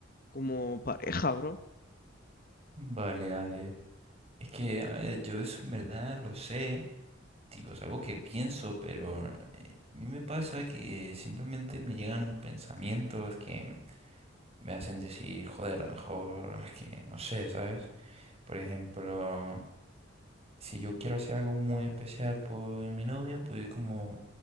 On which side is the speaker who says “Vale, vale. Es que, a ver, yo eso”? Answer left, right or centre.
Right